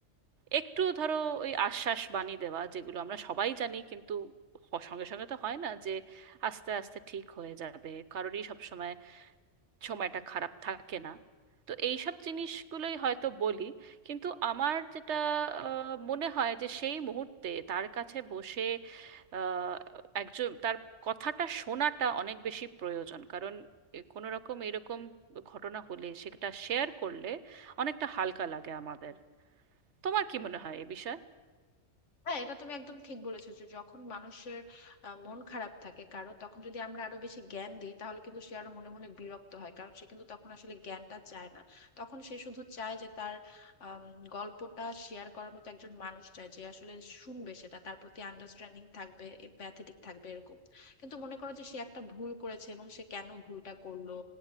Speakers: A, on the right; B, on the left.
A: একটু ধরো ওই আশ্বাস বাণী দেওয়া যেগুলো আমরা সবাই জানি কিন্তু হ- সঙ্গে সঙ্গে তো হয় না যে আস্তে আস্তে ঠিক হয়ে যাবে কারোরই সব সময় সময়টা খারাপ থাকে না তো এই সব জিনিসগুলোই হয়তো বলি কিন্তু আমার যেটা আহ, মনে হয় যে সেই মুহূর্তে তার কাছে বসে আহ, একজন তার কথাটা শোনাটা অনেক বেশি প্রয়োজন কারণ এ কোনো রকম এরকম ঘটনা হলে সেটা শেয়ার করলে অনেকটা হালকা লাগে আমাদের তোমার কি মনে হয় এ বিষয়ে
B: হ্যাঁ এটা তুমি একদম ঠিক বলেছো যে যখন মানুষের আহ, মন খারাপ থাকে কারো তখন যদি আমরা আরো বেশি জ্ঞান দিই তাহলে কিন্তু সে আরো মনে মনে বিরক্ত হয় কারণ সে কিন্তু তখন আসলে জ্ঞানটা চায় না তখন সে শুধু চায় যে তার আম, গল্পটা শেয়ার করার মতো একজন মানুষ চায় যে আসলে শুনবে সেটা তার প্রতি আন্ডারস্ট্যান্ডিং থাকবে এম্প্যাথেটিক থাকবে এরকম কিন্তু মনে করো যে সে একটা ভুল করেছে এবং সে কেন ভুলটা করলো